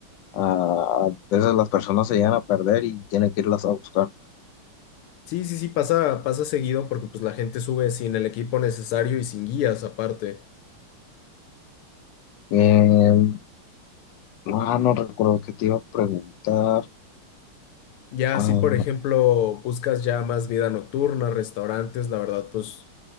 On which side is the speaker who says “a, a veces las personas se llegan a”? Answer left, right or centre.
Left